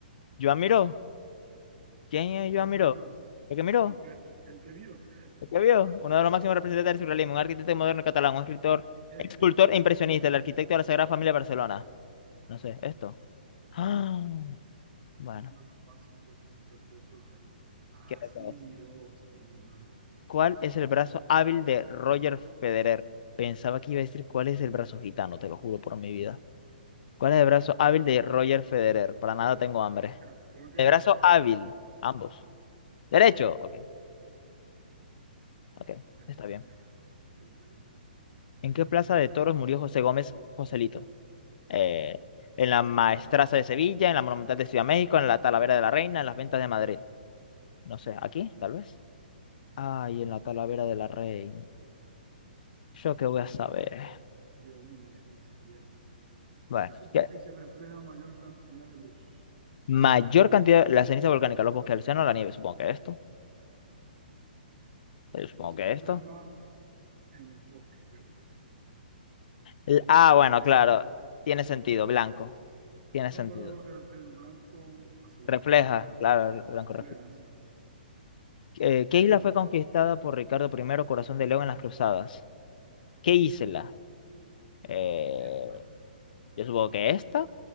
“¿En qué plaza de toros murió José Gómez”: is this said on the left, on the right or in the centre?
Left